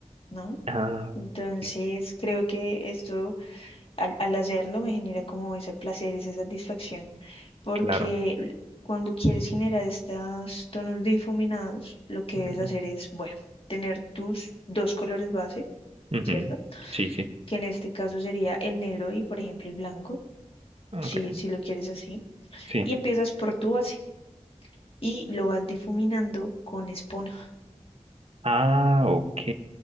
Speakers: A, on the left (about 50°); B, on the right (about 55°).
A: ¿no?
B: Ah,
A: Entonces,
B: sí,
A: creo que esto, al, al hacerlo, me genera como ese placer, esa satisfacción, porque
B: claro.
A: l- cuando quieres generar estos tonos difuminados, lo que
B: Ujú,
A: debes hacer es, bueno, tener tus dos colores base,
B: ujú.
A: ¿cierto?
B: Sí, sí.
A: Que en este caso sería el negro y, por ejemplo, el blanco,
B: Ok,
A: si, si lo quieres así,
B: sí.
A: y empiezas por tu base y lo vas difuminando con esponja.
B: Ah, ok.